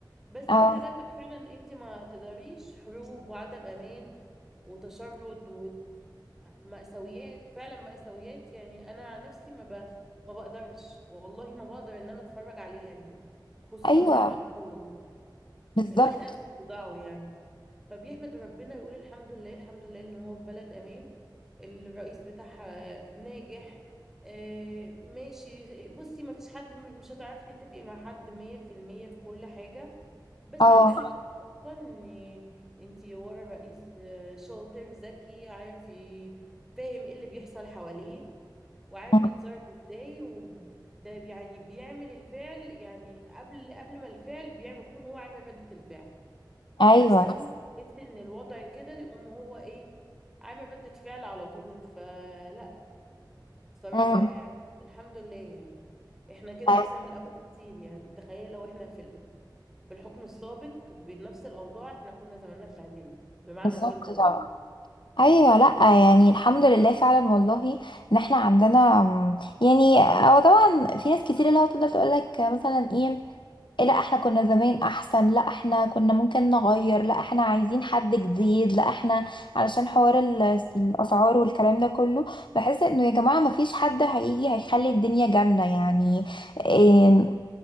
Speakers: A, in the centre; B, on the left.
A: بس
B: اه
A: في حاجات بقى فعلا انت ما تقدريش حروب وعدم امان وتشرد ومأساويات فعلا مأساويات يعني انا عن نفسي ما ب... ما بقدرش والله ما بقدر ان انا اتفرج عليها خصوصا
B: ايوه
A: مع الاطفال
B: بالظبط
A: الواحد قلبه بيوجعه يعني فبيحمد ربنا يقول الحمد لله الحمد لله ان هو في بلد امان الرئيس بتاعها ناجح آه ماشي بصي ما فيش حد م- مش هتعرفي تتفقي مع حد مية في المية في كل حاجة بس
B: اه
A: على الاقل بتبقى ان انتي ورا رئيس آه، شاطر ذكي عارف ي- فاهم ايه اللي بيحصل حواليه وعارف
B: مم.
A: يتصرف ازاي وده يعني بيعمل الفعل يعني قبل قبل ما الفعل بيعمل يكون هو عامل ردة الفعل
B: ايوه
A: بس اول ما يحس ان الوضع كده يقوم هو ايه عامل ردة فعل على طول فلا صراحة
B: مم.
A: يعني الحمد لله يعني احنا كده
B: أيوة،
A: احسن من الاول بكتير يعني تخيل لو احنا في في الحكم السابق بنفس الأوضاع احنا كنا زماننا اتبهدلنا بمعنى
B: بالظبط
A: الكلمة
B: طبعا
A: والله
B: ايوه لا يعني الحمد لله فعلا والله ان احنا عندنا مم، يعني هو طبعا في ناس كتير اللي هو تفضل تقول لك مثلا ايه إيه، لا احنا كنا زمان احسن لا احنا كنا ممكن نغير لا احنا عايزين حد جديد لا احنا علشان حوار ال- الاسعار والكلام ده كله بحس انه يا جماعه ما فيش حد هيجي هيخلي الدنيا جنه يعني إيه،